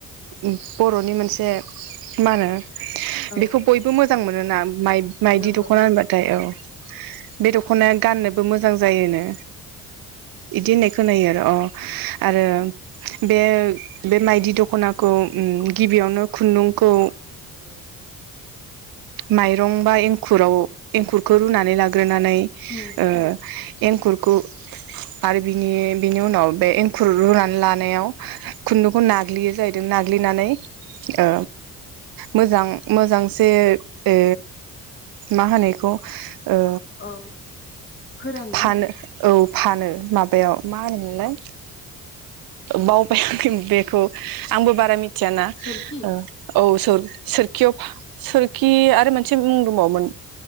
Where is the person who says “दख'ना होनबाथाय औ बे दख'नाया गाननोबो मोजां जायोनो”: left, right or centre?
Right